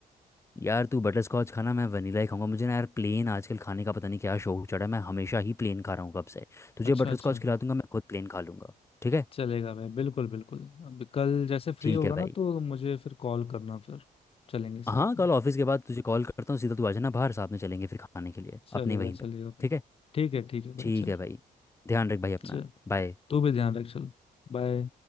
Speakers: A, on the left; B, on the left.
A: यार तू बटर स्कॉच खाना मैं वनीला ही खाऊंगा मुझे ना यार प्लेन आजकल खाने का पता नहीं क्या शौक चढ़ा है मैं हमेशा ही प्लेन खा रहा हूँ कब से तुझे
B: अच्छा
A: बटर
B: अच्छा
A: स्कॉच खिला दूंगा मैं खुद प्लेन खा लूंगा ठीक है
B: चलेगा भाई बिल्कुल बिल्कुल अभी कल जैसे फ्री
A: ठीक
B: होगा
A: है
B: ना
A: भाई
B: तो मुझे फिर कॉल करना फिर चलेंगे
A: हाँ
B: साथ
A: कल
B: में
A: ऑफिस के बाद तुझे कॉल करता हूँ सीधा तू आ जाना बाहर साथ में चलेंगे फिर खाने के लिए
B: चलेगा
A: अपने वहीं पे
B: चलेगा भाई
A: ठीक है
B: ठीक है ठीक है
A: ठीक
B: भाई चल
A: है भाई ध्यान रख भाई अपना
B: चल
A: बाय
B: तू भी ध्यान रख चल बाय